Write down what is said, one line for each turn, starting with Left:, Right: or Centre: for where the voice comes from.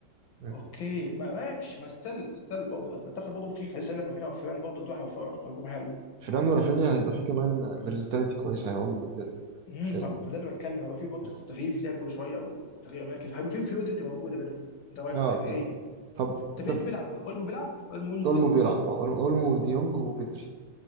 Right: مم.
Left: اوكي ما ماشي ما ستيل ستيل برضه اعتقد برضه مخيف لسه قايل لك رافينيا وفيران برضه دول هيوفروا عمق هجوم حلو
Right: فيران ورافينيا هيبقى فيه كمان فيرساتيليتي كويسه هيقعدوا يبدلوا وبتاع.
Left: امم
Right: فلو.
Left: ما ما ده اللي بتكلم هيبقى في برضه
Right: مم.
Left: تغيير بيتلعب كل شويه وتغيير اماكن هيبقى في فلويدتي موجوده بينهم ده رايح
Right: اه
Left: وده
Right: اكيد
Left: جاي
Right: طب
Left: طب
Right: طب
Left: مين بيلعب اولمو بيلعب اولمو اولمو
Right: اولمو
Left: بدري
Right: بيلعب
Left: ومين
Right: اه اولمو أولمو وديونج وبدري